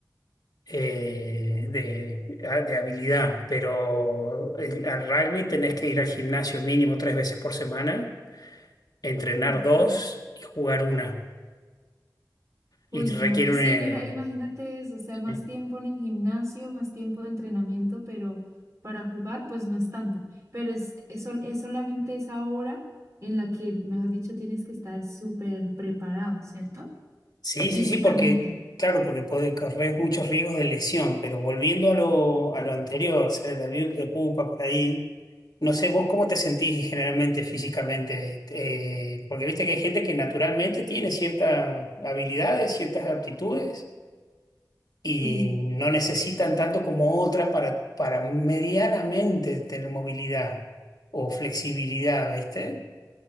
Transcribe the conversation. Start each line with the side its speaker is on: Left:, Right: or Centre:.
Left: eh, de, a- de habilidad, pero el- al rugby tenés que ir al gimnasio mínimo tres veces por semana, entrenar
Right: Mm,
Left: dos y jugar una.
Right: Uy,
Left: Y te
Right: no.
Left: requiere un...
Right: Sí, mira, imagínate
Left: eh,
Right: eso, o sea, más
Left: sí,
Right: tiempo en el gimnasio, más tiempo de entrenamiento, pero para jugar, pues no es tanto. Pero es, es, sol- es solamente esa hora en la que, mejor dicho, tienes que estar súper preparado, ¿cierto?
Left: sí,
Right: Físicamente.
Left: sí, sí, porque, claro, porque puede correr muchos riesgos de lesión, pero volviendo a lo, a lo anterior, ¿sabes? A mí me preocupa por ahí. No sé, vos cómo te sentís generalmente físicamente, Eh, porque viste que hay gente que naturalmente tiene ciertas habilidades, ciertas aptitudes, y
Right: Sí.
Left: no necesitan tanto como otra para, para medianamente tener movilidad o flexibilidad, ¿viste?